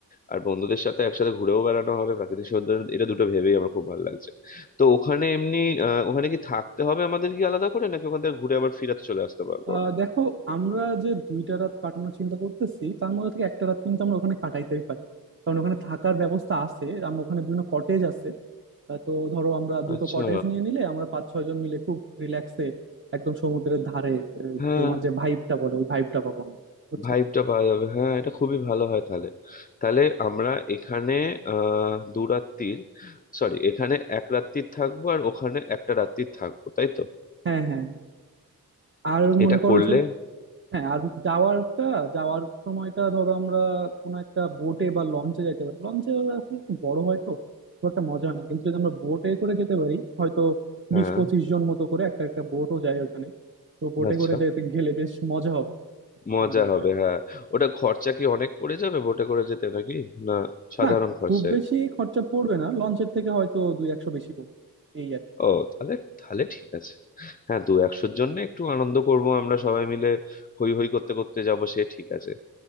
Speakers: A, on the left; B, on the right.
A: আর বন্ধুদের সাথে একসাথে ঘুরেও বেড়ানো হবে প্রাকৃতিক সৌন্দর্য এটা দুটো ভেবেই আমার খুব ভালো লাগছে তো ওখানে এমনি আহ ওখানে কি থাকতে হবে আমাদের কি আলাদা করে নাকি ওখান থেকে ঘুরে আবার ফিরাতে চলে আসতে পারবো
B: আহ
A: আমরা
B: দেখো আমরা যে দুইটা রাত কাটানোর চিন্তা করতেছি তার মধ্যে থেকে একটা রাত কিন্তু আমরা ওখানে কাটাইতেই পারি কারণ ওখানে থাকার ব্যবস্থা আছে আমরা ওখানে বিভিন্ন কটেজ আছে আহ, তো ধরো আমরা দুটো
A: আচ্ছা
B: কটেজ নিয়ে নিলে আমরা পাঁচ ছয় জন মিলে খুব রিল্যাক্সে একদম সমুদ্রের ধারে আহ,
A: হ্যাঁ
B: তোমার যে ভাইবটা বলে ওই ভাইবটা পাবো আমরা বুঝছো
A: ভাইবটা পাওয়া যাবে হ্যাঁ এটা খুবই ভালো হয় তাহলে তাহলে আমরা এখানে আহ দু রাত্রির সরি এখানে এক রাত্রির থাকবো আর ওখানে একটা রাত্রির থাকবো তাই তো
B: হ্যাঁ হ্যাঁ হ্যাঁ। আর মনে
A: এটা
B: করো
A: করলে
B: যে হ্যাঁ আর যাওয়ারটা যাওয়ার সময়টা ধরো আমরা কোনো একটা বোটে বা লঞ্চে যেতে পারি লঞ্চে আসলে একটু বড় হয় তো খুব একটা মজা হয় না কিন্তু যদি আমরা বোটে করে যেতে পারি হয়তো
A: হ্যাঁ
B: বিশ পঁচিশ জন মতো করে একটা একটা বোটও যায় ওখানে তো বোটে
A: আচ্ছা
B: করে যেতে গেলে বেশ মজা হবে
A: মজা
B: আমার মনে
A: হবে
B: হয়
A: হ্যাঁ ওটা খরচা কি অনেক পড়ে যাবে বোটে করে যেতে নাকি না সাধারণ
B: না
A: খরচায়
B: খুব বেশি খরচা পড়বে না লঞ্চের থেকে হয়তো দুই একশো বেশি পড়বে এই আর কি।
A: ও তাহলে তাহলে ঠিক আছে হ্যাঁ দু একশোর জন্য একটু আনন্দ করব আমরা সবাই মিলে হই হই করতে করতে যাব সে ঠিক আছে